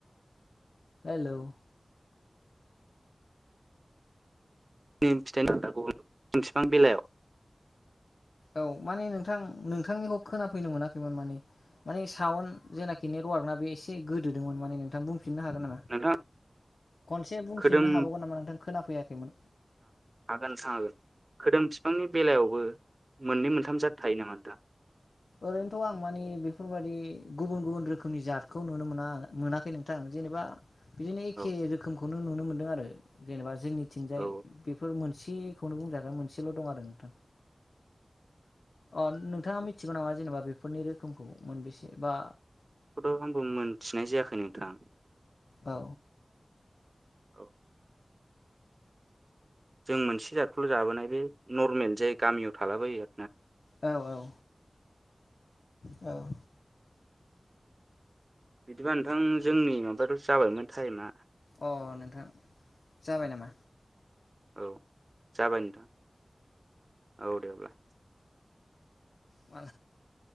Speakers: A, on the left; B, on the right.
A: हेल'
B: दिनि <unintelligible> बेलायाव
A: औ माने नोंथां नोंथांनिखौ खोनाफैनो मोनाखैमोन माने माने साउन्ड जेनाखि नेटवार्कना बे एसे गोदोदोंमोन माने नोंथां बुंफिननो हागोन नामा?
B: नोंथाङा
A: खनसे बुंफिननो
B: खोदोम
A: हाबावगोन नामा नोंथां खोनाफैयाखैमोन?
B: हागोन नोंथां हागोन खोदोम बिफांनि बेलायावबो मोननै मोनथाम जााद थायो नामा नोंथां?
A: ओरैनोथ' आं मानिे बेफोरबायाददि गुबुन गुबुन रोखोमनि जातखौ नुनो मोना मोनाखै नोंथां जेनेबा बिदिनो एखे
B: औ
A: रोखोमखौनो नुनो मोनदों आरो जेनेबा जोंनिथिंजाय
B: औ
A: बेफोर मोन सेखौनो बुंजागोन मोनसेल' दं आरो नोंथां अ नोंथाङा मि थिगौ नामा जेनेबा बेफोरनि रोखोमखौ मोनबेसे बा
B: बेखौथ' आंबो मोनथिनाय जायाखै नोंथां।
A: औ
B: औ जों मोनसे जादखौल' जाबोनाय बे नरमेल जाय गामियाव थलाबायो
A: औ औ औ
B: बिदिबा नोंथां जोंनि माबाथ' जाबायमोन टाइमा
A: अ नोंथां जाबाय नाम?
B: औ जाबाय नोंथां औ दे अब्ला
A: माल <unintelligible>